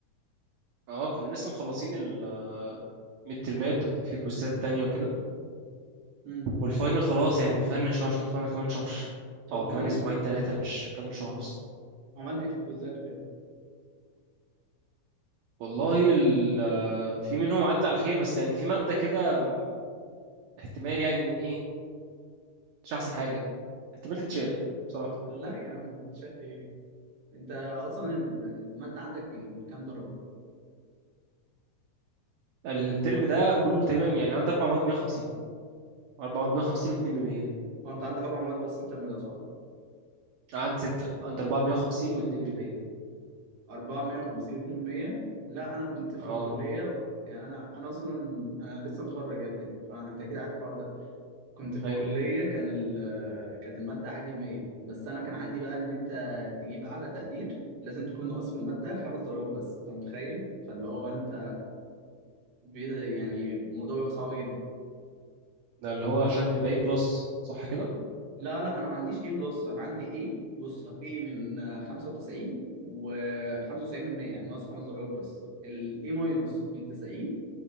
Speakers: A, on the right (about 70°); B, on the right (about 55°).
A: اه كنا لسه مخلصين ال ميد ترمات وكان في كوزات تانية وكده
B: مم.
A: والفاينل خلاص يعني بنفنش هو عشان الفاينل كمان شهر
B: طب
A: او
B: عملت
A: كمان اسبوعين تلاتة مش كمان شهر اصلا
B: عملت ايه في الكويزات وكده؟
A: والله ال- في منهم عدى على خير بس يعني في مادة كده م، احتمال يعني ان ايه مش احسن حاجة احتمال تتشال
B: لا
A: بصراحة
B: لا يا عم شاد ايه؟ انت اصلا ال- المادة عندك من كام درجة؟
A: الترم ده كله تقريبا يعني عندي اربع مواد 150 اربع
B: أه،
A: مواد 150 و2 ب100
B: هو انت عندك اربع مواد بس الترم ده صح؟
A: عندي ستة عند أربعة بمية وخمسين واتنين بمية
B: 450 200 لا انا كنت في
A: اه
B: الكلية يعني انا انا اصلا انا لسه متخرج يا ابني فانت اكيد عارف الحوار ده كنت في
A: أيوه
B: الكلية كان ال كانت المادة عادي 100 بس أنا كان عندي بقى إن أنت تجيب أعلى تقدير لازم تكون ناقص في المادة خمس درجات بس أنت متخيل؟ فاللي هو أنت بي- يعني الموضوع بيبقى صعب جدا
A: ده اللي هو عشان يبقى إيه بلس صح كده؟
B: لا لا أنا ما عنديش A بلس أنا عندي A بص A من آه، 95 و 95 من 100 يعني ناقص خمس درجات بس ال A ماينس من 90